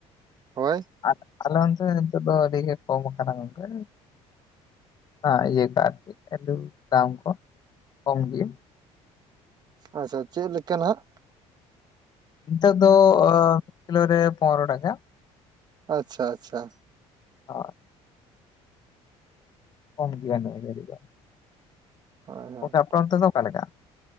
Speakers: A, on the right; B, on the left.
A: ᱦᱳᱭ
B: ᱟᱴ ᱟᱞᱮ ᱚᱱᱛᱮ ᱱᱤᱛᱚᱜ ᱫᱚ ᱟᱹᱰᱤ ᱜᱮ ᱠᱚᱢ ᱠᱟᱱᱟ ᱜᱚᱝᱠᱮ। ᱦᱟᱸ ᱤᱭᱟᱹ ᱠᱚ ᱟᱨᱠᱤ, ᱟᱹᱞᱩ ᱫᱟᱢ ᱠᱚ ᱠᱚᱢ ᱜᱮ।
A: ᱟᱪᱪᱷᱟ, ᱪᱮᱫ ᱞᱮᱠᱟ ᱱᱟᱦᱟᱜ?
B: ᱱᱤᱛᱚᱜ ᱫᱚ ᱚᱸ ᱠᱤᱞᱳ ᱨᱮ ᱯᱚᱱᱨᱚ ᱴᱟᱠᱟ।
A: ᱟᱪᱪᱷᱟ ᱟᱪᱪᱷᱟ।
B: ᱦᱳᱭ। ᱠᱚᱢ ᱜᱮᱭᱟ ᱱᱤᱭᱟᱹ ᱜᱷᱟᱹᱲᱤ ᱫᱚ,
A: ᱦᱳᱭ ᱦᱳᱭ
B: ᱚᱠᱟ ᱟᱯᱮ ᱚᱱᱛᱮ ᱫᱚ ᱚᱠᱟ ᱞᱮᱠᱟ?